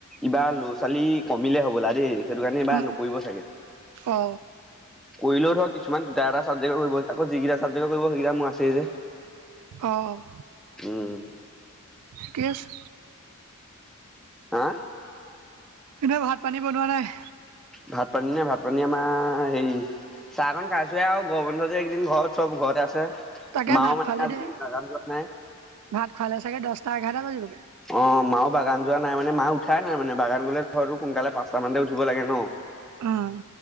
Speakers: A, in the centre; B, on the right.
A: ইবাৰ ল'ৰা ছোৱালী কমিলে হ'বলা দেই। সেইটো কাৰণে এইবাৰ
B: উম
A: নকৰিব চাগে।
B: অ
A: কৰিলেও ধৰ কিছুমান দুটা এটা ছাবজেক্ট কৰিব আকৌ যিকেইটা ছাবজেক্ট কৰিব সেইকেইটা মোৰ আছেই যে।
B: অ',
A: উম
B: ঠিকে আছে।
A: হা।
B: এনে ভাত পানী বনোৱা নাই?
A: ভাত পানী না ভাত পানী আমাৰ সেই চাহ খন খাইছোৱে আৰু গৰম বন্ধ যে এইকেইদিন ঘৰত চব ঘৰতে আছে।
B: তাকে
A: মাও
B: ভাত
A: মানে
B: খোৱালে
A: আজি
B: দে
A: বাগান <unintelligible> নাই।
B: ভাত খোৱালে চাগে দহটা এঘাৰটা বাজিবগে
A: অ', মাও বাগান যোৱা নাই মানে মা উঠাই নাই মানে বাগান গ'লে ঘৰো সোনকালে পাঁচটা মানতে উঠিব লাগে ন
B: উম